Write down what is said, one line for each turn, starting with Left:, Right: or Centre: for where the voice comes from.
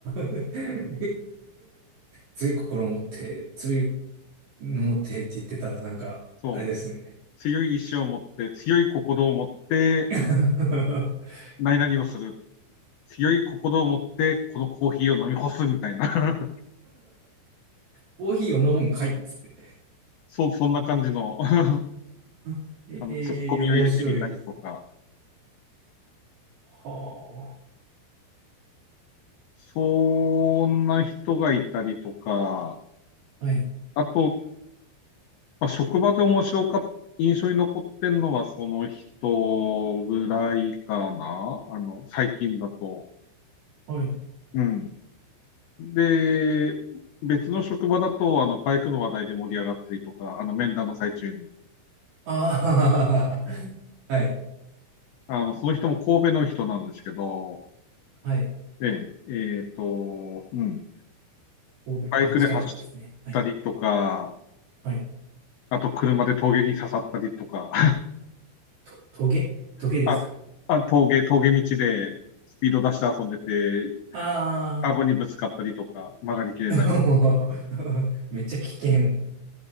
Right: <laughs> 強い心持って、強いの持ってって言ってたらなんか、
Left: そう。
Right: あれですね
Left: 強い意志を持って、強い心を持って、
Right: <laughs>
Left: 何々をする。強い心を持って、このコーヒーを飲み干すみたいな。<laughs>
Right: コーヒーを飲むんかいっつって
Left: そう、そんな感じの <laughs>
Right: <laughs>
Left: あの、
Right: ええ面白いです。
Left: ツッコミを入れてみたりとか。
Right: は
Left: そんな人がいたりとか。
Right: あ。はい。
Left: あと、まあ、職場で面白かった。印象に残ってんのはその人ぐらいかなあの、最近だと。
Right: はい。
Left: うん。で、別の職場だと、あの、バイクの話題で盛り上がったりとか、あの、面談の最中に。
Right: ああ。<laughs> はい。
Left: あの、その人も神戸の人なんですけど、
Right: はい。
Left: ええ、えっと、うん、
Right: 神戸。
Left: バイクで走ったりとか、
Right: あ、近くですね。はい。はい。
Left: あと車で峠に刺さったりとか、
Right: と、トゲトゲですか
Left: <laughs> あ、あ、峠、峠道でスピード出して遊んでて、
Right: ああー。
Left: カーブにぶつかったりとか、曲がりきれない
Right: <laughs> めっちゃ危険。